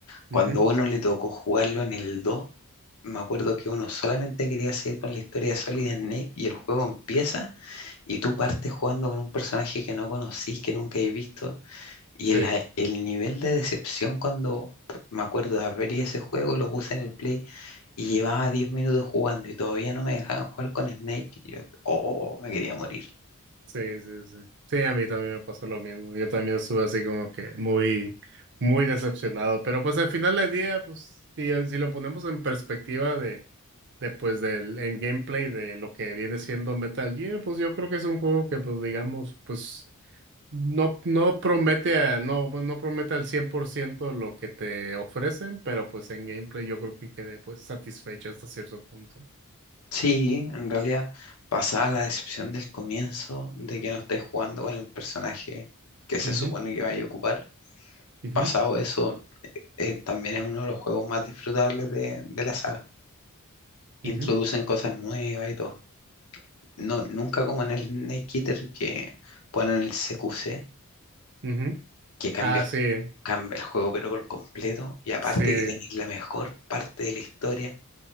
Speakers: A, on the left; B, on the right.
A: cuando
B: Ujú.
A: a uno le tocó jugarlo en el dos Me acuerdo que uno solamente quería seguir con la historia de Solid Snake y el juego empieza y tú partes jugando con un personaje que no conocís, que nunca has visto. Y
B: Sí.
A: la- el nivel de decepción cuando me acuerdo de abrir ese juego, lo puse en el play y llevaba 10 minutos jugando y todavía no me dejaban jugar con Snake. Y yo, oh, me quería morir.
B: Sí, sí, sí. Sí, a mí también me pasó lo mismo. Yo también estuve así como que muy, muy decepcionado. Pero pues al final del día, pues, si, eh, si lo ponemos en perspectiva de, de pues del, en gameplay de lo que viene siendo Metal Gear, pues yo creo que es un juego que, pues, digamos, pues, no, no promete a, no, bueno, no promete al 100% lo que te ofrecen, pero pues en gameplay yo creo que quedé pues satisfecho hasta cierto punto.
A: Sí, en realidad pasaba la decepción del comienzo de que no estáis jugando con el personaje que se
B: Ujú,
A: supone que vais a ocupar.
B: ujú,
A: Pasado eso, eh, también es uno de los juegos más disfrutables de, de la saga. Introducen
B: ujú,
A: cosas nuevas y todo. No, nunca como en el Snake Eater que ponen el CQC,
B: ujú.
A: que cambia,
B: Ah, sí,
A: cambia el juego pero por completo. Y aparte
B: sí.
A: que tenéis la mejor parte de la historia